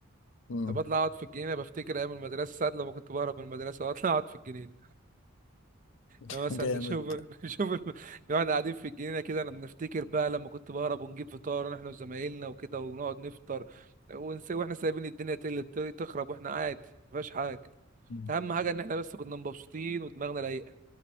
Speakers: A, on the left (about 65°); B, on the right (about 40°).
A: مم.
B: بطلع اقعد في الجنينه بفتكر ايام المدرسه ساعات لما كنت بهرب من المدرسه واطلع اقعد في الجنينه
A: <laughs>
B: أنا مثلا
A: جامد
B: نشوف <laughs> نشوف ال... واحنا قاعدين في الجنينه كده لما بنفتكر بقى لما كنت بهرب ونجيب فطار احنا وزمايلنا وكده ونقعد نفطر ونسي واحنا سايبين الدنيا تقل ت- تخرب واحنا عادي مفيهاش حاجه
A: مم.
B: اهم حاجه ان احنا بس كنا مبسوطين ودماغنا رايقه